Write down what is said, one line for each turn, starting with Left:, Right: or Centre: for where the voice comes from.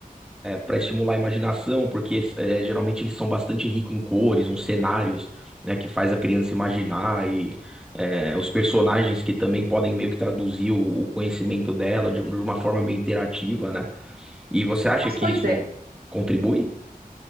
Centre: para estimular a imaginação, porque eh, geralmente eles são bastante ricos em cores, uns cenários, né, que faz a criança imaginar é, os personagens que também podem meio que traduzir o, o conhecimento dela de, um- de uma forma meio interativa, né? E você acha
Right: Mas,
Centre: que
Right: pois
Centre: isso
Right: é,
Centre: contribui?